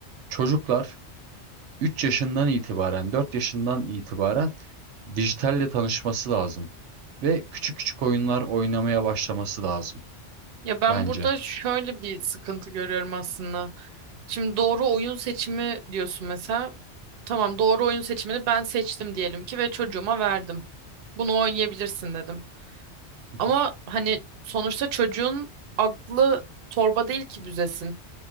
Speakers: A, on the right (about 80°); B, on the right (about 60°).
A: Çocuklar 3 yaşından itibaren, 4 yaşından itibaren dijitalle tanışması lazım ve küçük küçük oyunlar oynamaya başlaması lazım
B: Ya ben
A: bence.
B: burada şöyle bir sıkıntı görüyorum aslında. Şimdi doğru oyun seçimi diyorsun mesela. Tamam doğru oyun seçimini ben seçtim diyelim ki ve çocuğuma verdim. Bunu oynayabilirsin dedim.
A: Hı
B: Ama
A: hı,
B: hani sonuçta çocuğun aklı torba değil ki büzesin.